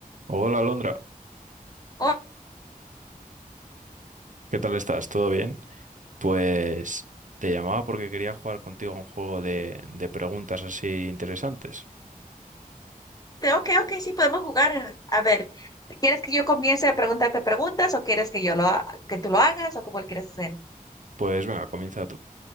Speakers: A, on the right; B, on the left.
A: Hola, Alondra.
B: Oh,
A: ¿Qué tal estás? ¿Todo bien? Pues te llamaba porque quería jugar contigo a un juego de, de preguntas así interesantes.
B: ok, ok, sí, podemos jugar. A ver, ¿quieres que yo comience a preguntarte preguntas o quieres que yo lo, ha- que tú lo hagas o cómo lo quieres hacer?
A: Pues venga, comienza tú.